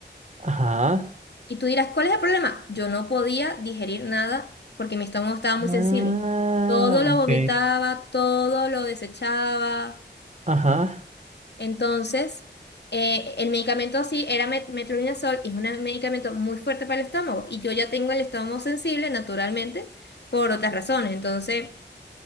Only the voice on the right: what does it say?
ajá.
Ah,
ok,
ajá.